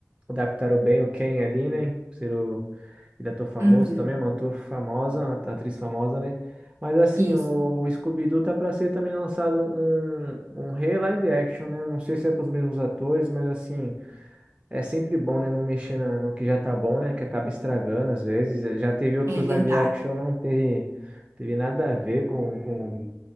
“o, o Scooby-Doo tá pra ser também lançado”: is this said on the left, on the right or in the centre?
Right